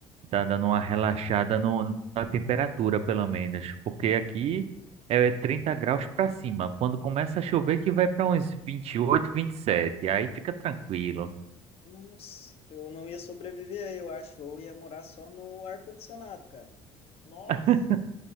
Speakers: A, on the right; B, on the left.
A: Tá dando
B: Ah,
A: uma relaxada no, na temperatura, pelo menos. Porque aqui é 30 graus pra cima. Quando começa a chover, que vai pra uns vinte vinte e oito, vinte e sete. Aí fica tranquilo.
B: nossa, eu não ia sobreviver aí, eu acho. Eu ia morar só no ar-condicionado, cara. Nossa,
A: <laughs>